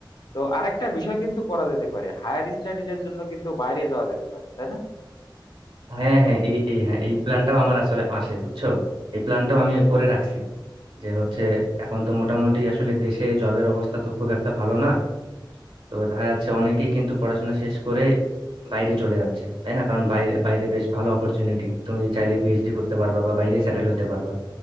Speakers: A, on the left (about 55°); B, on the right (about 80°).
A: তো আরেকটা বিষয় কিন্তু করা যেতে পারে হায়ার স্টাডিজ এর জন্য কিন্তু বাইরে যাওয়া যেতে পারে তাই না
B: হ্যাঁ হ্যাঁ এই এই হ্যাঁ এই প্ল্যানটাও আমার আসলে আসে বুঝছো এই প্ল্যানটাও আমি করে রাখছি যে হচ্ছে এখন তো মোটামুটি আসলে দেশে জবের অবস্থা তো খুব একটা ভালো না তো দেখা যাচ্ছে অনেকেই কিন্তু পড়াশোনা শেষ করে বাইরে চলে যাচ্ছে তাই না কারণ বাইরে বাইরে বেশ ভালো অপরচুনিটি তুমি চাইলে পিএইচডি করতে পারবা বা বাইরে সেটেল হতে পারবা